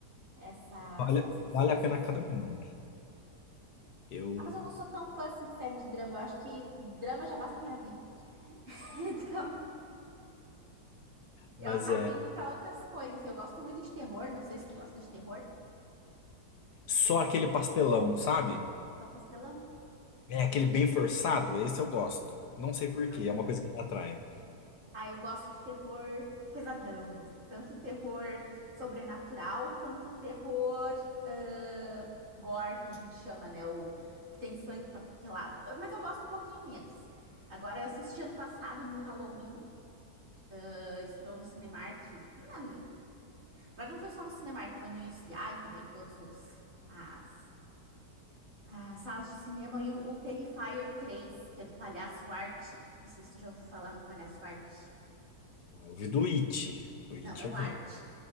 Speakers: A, on the right (about 45°); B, on the left (about 70°).
A: essa,
B: Vale,
A: essa série
B: vale a pena
A: aqui.
B: cada minuto. Eu,
A: Ah, mas eu não sou tão fã assim de série de drama. Eu acho que drama já basta a minha vida. <laughs> Então, eu
B: mas
A: acabo
B: é
A: indo para outras coisas. Eu gosto muito de terror, não sei se tu gosta de terror.
B: só aquele pastelão, sabe?
A: Só um pastelão.
B: É aquele bem forçado, esse eu gosto. Não sei por
A: Ah,
B: quê, é uma coisa que me atrai.
A: Ah, eu gosto de terror pesadão mesmo. Tanto terror sobrenatural quanto terror ah, gore, que a gente chama, né? O que tem sangue pra tudo que é lado. Ah, Mas eu gosto um pouquinho menos. Agora, eu assisti ano passado no Halloween, ah, estreou no Cinemark. Na, mas não foi só no Cinemark, foi no UCI também, todos os as, as salas de cinema. E o, o Terrifier três que é do Palhaço Arte. Não sei se tu já ouviu falar no Palhaço Arte.
B: Ah, Eu vi do It. O It
A: Não, é o
B: eu vi.
A: Arte.